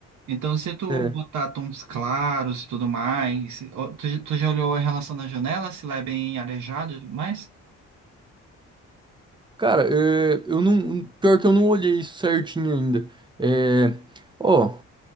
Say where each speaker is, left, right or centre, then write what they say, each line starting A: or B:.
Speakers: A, on the right (about 70°); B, on the right (about 15°).
A: Então, se tu
B: É,
A: botar tons claros e tudo mais. ó, Tu, já- tu já olhou a relação da janela, se lá é bem arejado e tudo mais?
B: Cara, é, eu não. Pior que eu não olhei isso certinho ainda. É, ó,